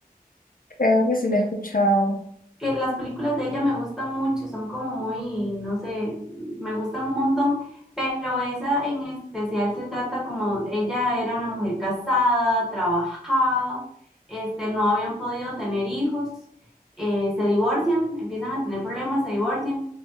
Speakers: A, on the left (about 65°); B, in the centre.
A: Creo que sí la he escuchado.
B: que las películas de ella me gustan mucho, son como muy, no sé, me gustan un montón, pero esa en especial se trata como ella era una mujer casada, trabajada, este, no habían podido tener hijos, eh, se divorcian, empiezan a tener problemas, se divorcian.